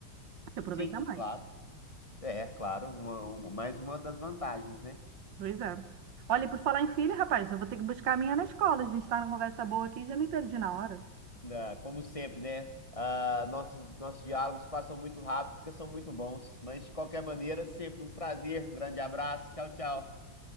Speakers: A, on the right; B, on the left.
A: Você aproveita
B: Sim,
A: mais.
B: claro. É, claro, uma- uma- mais uma das vantagens, né?
A: Pois é. Olha, e por falar em filha, rapaz, eu vou ter que buscar a minha na escola. A gente tá numa conversa boa aqui e já me perdi na hora.
B: Ah, como sempre, né? Ah, nossos, nossos diálogos passam muito rápido porque são muito bons. Mas, de qualquer maneira, sempre um prazer. Um grande abraço. Tchau, tchau.